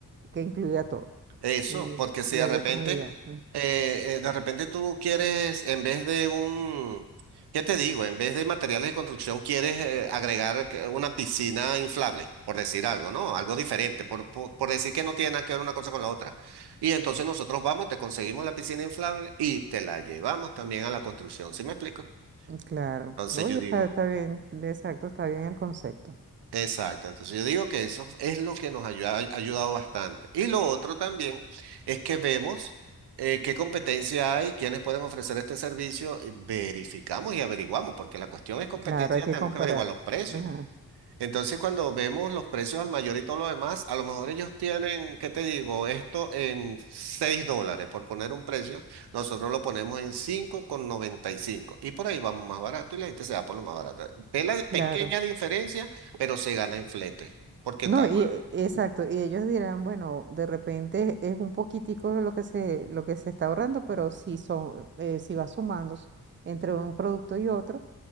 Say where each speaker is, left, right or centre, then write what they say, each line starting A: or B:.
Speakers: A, on the right; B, on the right.
A: que incluía todo
B: Eso,
A: y,
B: porque si
A: y
B: de
A: había
B: repente,
A: comedia.
B: eh, eh, de repente tú quieres, en vez de un, ¿qué te digo? En vez de materiales de construcción, quieres eh, agregar que- una piscina inflable, por decir algo, ¿no? Algo diferente, por, por, por decir que no tiene nada que ver una cosa con la otra. Y entonces nosotros vamos, te conseguimos la piscina inflable y te la llevamos también a la construcción, ¿sí me explico?
A: Claro,
B: Entonces
A: No, oye,
B: yo digo.
A: está, está bien, exacto, está bien el concepto.
B: Exacto, entonces yo digo que eso es lo que nos ayuda- ha ayudado bastante. Y lo otro también es que vemos eh, qué competencia hay, quiénes pueden ofrecer este servicio, y verificamos y averiguamos, porque la cuestión es competencia,
A: Claro, hay que
B: tenemos
A: comparar.
B: que averiguar los precios.
A: Ajá,
B: Entonces, cuando vemos los precios al mayor y todo lo demás, a lo mejor ellos tienen, ¿qué te digo? Esto en 6 dólares, por poner un precio, nosotros lo ponemos en 5,95 y cinco. Y por ahí vamos más barato y la gente se va por lo más barato. Ve la pequeña
A: claro.
B: diferencia, pero se gana en flete, porque
A: No,
B: ta-
A: y e- exacto, y ellos dirán, bueno, de repente es un poquitico de lo que se, lo que se está ahorrando, pero si son, eh, si va sumando entre un producto y otro,